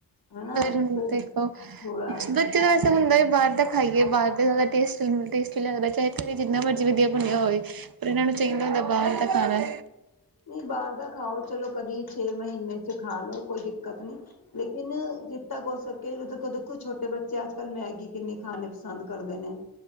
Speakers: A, on the left; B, on the right.
A: ਹਨਾ
B: ਪਰ
A: ਤੇ
B: ਹੁਨ ਦੇਖੋ
A: ਥੋੜਾ
B: ਬੱਚੇ ਨਾ ਇਹ ਹੁੰਦਾ ਬਾਹਰ ਦਾ ਖਾਈਏ ਬਾਹਰ ਦਾ ਜੈਦਾ ਟੇਸਟੀ ਟੇਸਟੀ ਲਗਦੈ ਚਾਹੇ ਘਰੇ ਜਿੰਨਾਂ ਮਰਜ਼ੀ ਵਧੀਆ ਬਣਿਆ ਹੋਵੇ ਪਰ ਇਹਨਾਂ ਨੂੰ ਚਾਹੀਦਾ ਹੁੰਦਾ ਬਾਹਰ ਦਾ ਖਾਣਾ।
A: ਨਹੀਂ ਬਾਹਰ ਦਾ ਖਾਓ ਚਲੋ ਕਦੀ ਛੇ ਮਹੀਨੇ 'ਚ ਖਾ ਲੋ ਕੋਈ ਦਿੱਕ ਦਿੱਕਤ ਨੀ ਲੇਕਿਨ ਜਿ ਤੱਕ ਹੋ ਸਕੇ ਜ ਦੇਖੋ ਛੋਟੇ ਬੱਚੇ ਅੱਜ ਕੱਲ੍ਹ ਮੈਗੀ ਕਿੰਨੀ ਖਾਨੀ ਪਸੰਦ ਕਰਦੇ ਨੇ।